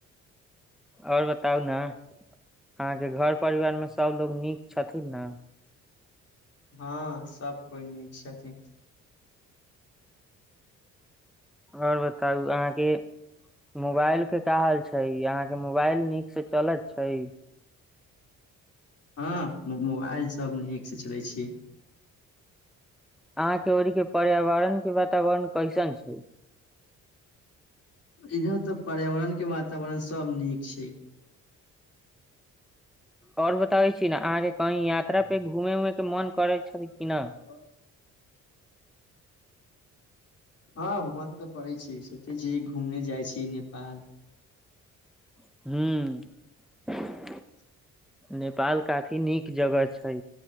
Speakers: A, in the centre; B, on the left.
A: ओर बताउ ने अहाँके घर परिवार मे सबलोग नीक छथिन ने
B: हँ सब कोइ नीक छथिन
A: ओर बताउ अहाँके मोबाइल के का हाल छै अहाँके के मोबाइल नीक से चलैत छै
B: हँ मोबाइल सब नीकसँ चलै छी
A: अहां के ओरी के पर्यावरण के वातावरण कैसन छै
B: इधर तऽ पर्यावरण के वातावरण सब नीक छै
A: ओर बताबै छी ने अहाँके कहीं यात्रा पे घूमे उमे के मन करैत छै कि न
B: ह हँ मन तऽ करै छी सोचै छी घूमने जाइ छी नेपाल
A: हूं
B: <inaudible>
A: नेपाल काफी नीक जगह छै